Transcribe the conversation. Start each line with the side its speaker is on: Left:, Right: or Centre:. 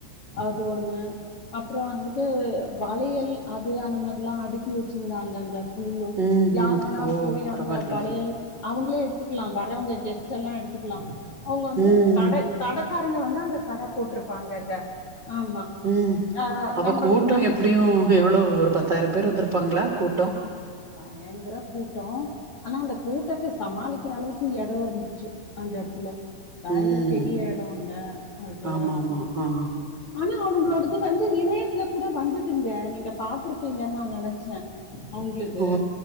Left: அது ஒன்னு அப்ற வந்துட்டு வளையல் அது அந்த மார்லா அடுக்கி வச்சிந்தாங்க அங்கச் ஃபுல்லு
Right: ம்ஹும்
Left: யாரு வேணாப்
Right: ஓ
Left: போயி
Right: பரவால்லியே
Left: அங்க வளையல் அவுங்ளே எடுத்துக்லா வரவுங்க கெஸ்ட் எல்லா எடுத்துக்லா அவுங்க வந்து
Right: ம்
Left: கட கடக்காரங்க வந்து அங்கக் கடப் போட்ருப்பாங்கங்க ஆமா
Right: ம்
Left: ஆஹ்
Right: அப்போ
Left: நம்மளு
Right: கூட்டோ
Left: நம்
Right: எப்டியு எவ்ளோ ஒரு பத்தாயிரம் பேர் வந்துருப்பாங்ளா கூட்டோ
Left: பயங்ர கூட்டோ ஆனா அந்த கூட்டத்த சமாளிக்ற அளவுக்கு எடோ இருந்துச்சு அந்த எடத்துல பயங்கர
Right: ம்
Left: பெரிய எடோ இல்ல அது
Right: ஆமாமா ஆ
Left: ஆனா அவுங்ளோடது வந்து இணையத்ல கூட வந்துதுங்க நீங்கப் பாத்துருப்பீங்கன் நா நெனச்சே அவுங்ளுது
Right: ஓ